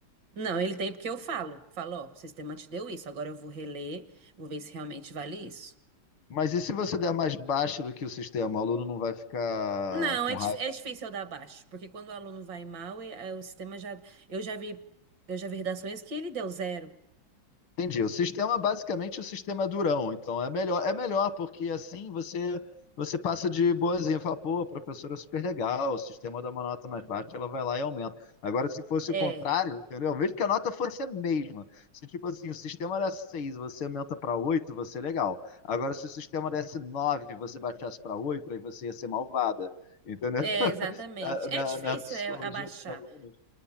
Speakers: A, on the right; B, on the left.
A: Não, ele tem porque eu falo. Falo, ó, o sistema te deu isso, agora eu vou reler, vou ver se realmente vale isso.
B: Mas e se você der mais baixa do que o sistema? O aluno não vai ficar
A: Não,
B: com
A: é, dif-
B: raiva?
A: é difícil eu dar baixo, porque quando o aluno vai mal, e- é, o sistema já. Eu já vi, eu já vi redações que ele deu zero.
B: Entendi. O sistema, basicamente, o sistema é durão. Então, é melhor, é melhor porque assim você você passa de boazinha. Fala, pô, a professora é super legal, o sistema dá uma nota mais baixa, ela vai lá e aumenta. Agora, se fosse
A: É,
B: o contrário, entendeu? Mesmo que a nota fosse a mesma. Se, tipo assim, o sistema era 6, você aumenta para oito, você é legal. Agora, se o sistema desse 9 e você baixasse para 8, aí você ia ser malvada. Entendeu?
A: é
B: <laughs>
A: exatamente.
B: Na,
A: É
B: na-
A: difícil
B: na psicologia
A: é, abaixar.
B: dos alunos.